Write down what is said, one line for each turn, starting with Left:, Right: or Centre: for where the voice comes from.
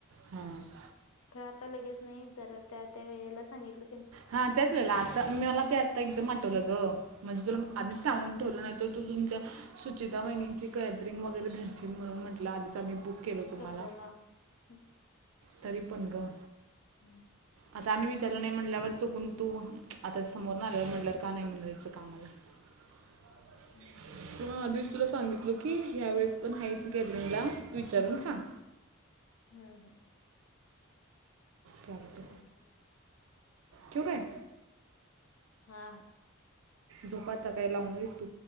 Right: हा
Left: तर आता लगेच नाही जरा त्या त्या वेळेला सांगितल
Right: हा त्याच वेळेला आता मी मला ते आत्ता एकदम आठवलं ग म्हणजे
Left: हम्म
Right: तुला आधीच
Left: हम्म.
Right: सांगून ठेवला नाही तर तो तुमच्या सुचिता वहिनींची गॅदरिंग वगैरे धरशील म्हणून म्हटलं आधीच आम्ही बुक केलं तुम्हाला
Left: कशाला? हम्म
Right: तरी पण ग
Left: हम्म
Right: आता आम्ही विचारलं नाही म्हटल्यावर चुकून तू आता समोर न आल्यावर म्हटल्यावर का नाही म्हणलं याचं कामाला <inaudible>
Left: हम्म
Right: त्यामुळं आधीच तुला सांगितलं की ह्या वेळेस पण हाईच गॅदरिंगला विचारून सांग
Left: हम्म हम्म
Right: चालते
Left: चालतय
Right: ठेवू काय
Left: हा हा
Right: झोपा आता काय लावणारीस तू?